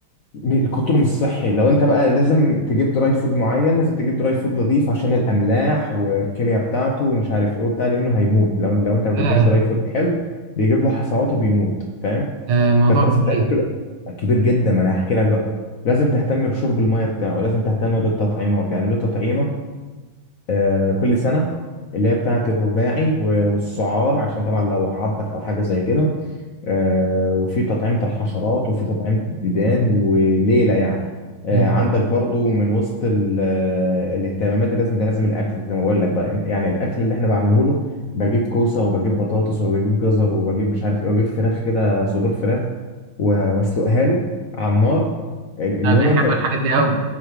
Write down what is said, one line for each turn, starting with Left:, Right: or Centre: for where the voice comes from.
Left: الكتر مش صحي لو انت بقى لازم تجيب دراي فود معين لازم تجيب دراي فود نظيف عشان الاملاح والكليه بتاعته ومش عارف ايه وبتاع لانه هيموت لو لو انت ما جبتلوش
Right: لا
Left: دراي فود حلو بيجيب له حصوات وبيموت فاهم
Right: ده موضوع
Left: فانت لازم
Right: كبير
Left: تاكله كبير جدا ما انا هحكي لك بقى لازم تهتم بشرب الميه بتاعه لازم تهتم بالتطعيمات يعني له تطعيمه آه، كل سنة اللي هي بتاعة الرباعي و- والسعار عشان طبعا لو عضك أو حاجة زي كده آه، وفي تطعيمة الحشرات وفي تطعيمة الديدان وليلة يعني آه،
Right: مم.
Left: عندك برضو من وسط ال- آه، الاهتمامات اللي لازم ده لازم الأكل زي ما بقول لك بقى أنت- يعني الأكل اللي احنا بعمله له بجيب كوسة وبجيب بطاطس وبجيب جزر وبجيب مش عارف ايه وبجيب فراخ كده صدور فراخ و- واسلقها له على النار ال- اللي
Right: انا بيحبوا
Left: هو انت
Right: الحاجات دي قوي